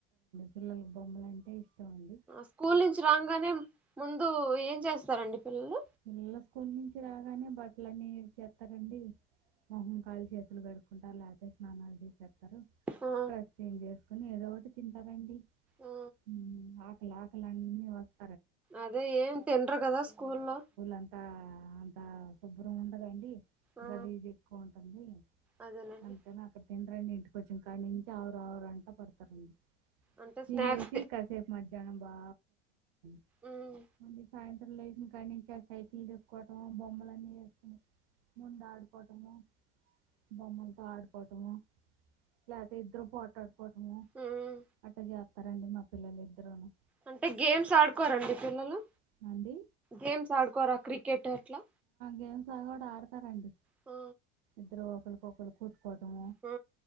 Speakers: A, on the right (about 65°); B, in the centre.
A: పిల్లల బొమ్మలు అంటే అండి
B: స్కూల్ నుంచి రాంగానే ముందు ముందు ఏం చేస్తారండి పిల్లలు
A: పిల్లల స్కూల్ నుంచి రాగానే బట్టల అన్నీ ఇడిచేస్తారు రండి మహం కాల్ చేత లు కడుక్కుంటారు లేకతే స్నానాలు చేస్తారు
B: ఆ
A: డ్రెస్ చేంజ్ చేసుకుని ఏదో ఒకటి తింటారండీ
B: ఆ
A: హ్మ్ ఆ లోకల్ అన్ని వస్ <inaudible>
B: అదే ఏ తిండ్రు గదా స్కూల్లో
A: అంత అంత శుభ్రం ఉండదండి
B: ఆ
A: గలీజు ఎక్కువ ఉంటుంది
B: అదేనండి
A: అంతే నాకు <unintelligible> రండి ఇంటికి వచ్చిన కాడి నుంచి <unintelligible> కష్టపడతారండి
B: అంటే
A: తినేసి
B: స్నాక్స్
A: కాసేపు మధ్యాహ్నం బా <inaudible>
B: ఉమ్
A: మళ్లీ సాయంత్రం కానీ నైటీ చెసుకోవటము బొమ్మలు అన్నీ వసు ముందు ఆడుకోవటము బొమ్మలతో ఆడుకోవటము లేపోతే ఇద్దరు పోటాడు టుము
B: ఉమ్
A: అట్ట జ <inaudible> మా పిల్లలు ఇద్దరూను
B: అంటే గేమ్స్ ఆడుకోరండి పిల్లలు
A: చేయండి
B: గేమ్స్ ఆడుకోరా క్రికెట్ ఎట్లా
A: గేమ్స్ కూడా ఆడతారండి
B: ఓ
A: ఇద్దరు ఒకరికి ఒకరు కొట్టుకోవటం
B: ఆ